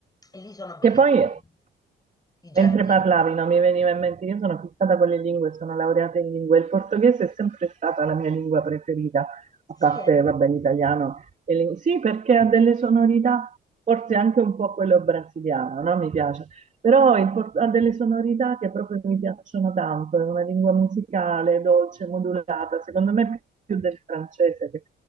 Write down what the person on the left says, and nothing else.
E lì sono bellissimi
i giardini.
Sì,
eh?